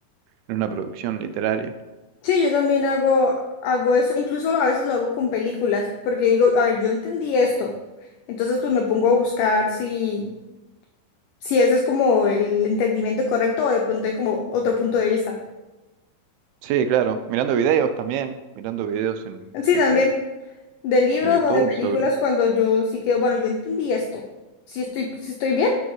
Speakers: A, on the right (about 85°); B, on the left (about 85°).
A: en una producción literaria.
B: Sí, yo también hago, hago eso, incluso a veces lo hago con películas, porque digo, a ver, yo entendí esto. Entonces, pues me pongo a buscar si, si ese es como el entendimiento correcto o de pronto hay como otro punto de vista.
A: Sí, claro. Mirando videos también, mirando videos en
B: Sí,
A: este
B: también. De libros
A: en YouTube
B: o de películas
A: sobre.
B: cuando yo sí que, bueno, yo entendí esto. Si estoy, si estoy bien.